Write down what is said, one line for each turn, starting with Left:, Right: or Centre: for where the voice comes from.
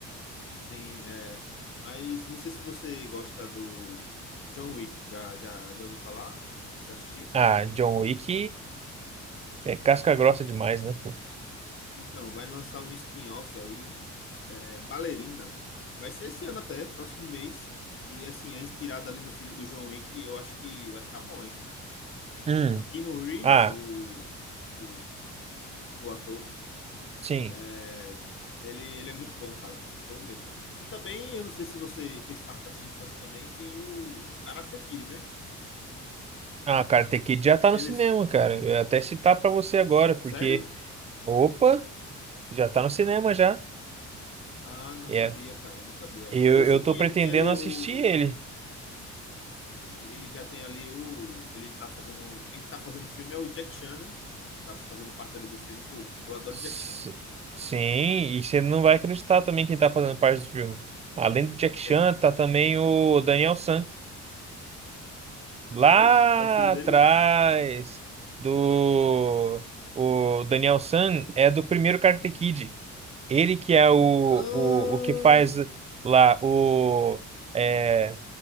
Left: sim, é. Mas não sei se você gosta do John Wick. Já, já, já ouviu falar? Já assistiu?
Right: Ah, John Wick é casca grossa demais, né? pô?
Left: Então, vai lançar um spin-off aí, é, Ballerina. Vai ser esse ano até, próximo mês. E assim, é inspirado ali no filme do John Wick. E eu acho que vai ficar bom, hein?
Right: Hum.
Left: Keanu Reeves,
Right: Ah,
Left: o, o, o ator.
Right: sim.
Left: É, ele, ele é muito bom, cara. Muito bom mesmo. E também, eu não sei se você fez parte da sua infância também, tem o, o Karate Kid, né?
Right: Ah, Karate Kid já tá no
Left: Eles.
Right: cinema, cara. Eu ia até citar pra você agora, porque,
Left: Sério?
Right: opa, já tá no cinema já.
Left: Ah, não
Right: É.
Left: sabia, cara, não sabia.
Right: Eu,
Left: Mas eu
Right: eu
Left: sei que
Right: tô pretendendo
Left: ele tem ali
Right: assistir
Left: o.
Right: ele.
Left: Ele, ele já tem ali o. Ele tá fazendo. Quem tá fazendo o filme é o Jack Chan, né? Tá fazendo parte ali do filme. Pô, eu adoro
Right: S-
Left: o Jack Chan.
Right: Sim, e você não vai acreditar também quem tá fazendo parte do filme. Além do Jack Chan,
Left: Quem?
Right: tá também o Daniel San. Lá
Left: Sério? É o filho
Right: atrás
Left: dele?
Right: do... O Daniel San é do primeiro Karate Kid. Ele que é o,
Left: Ah!
Right: o, o que faz lá o. É,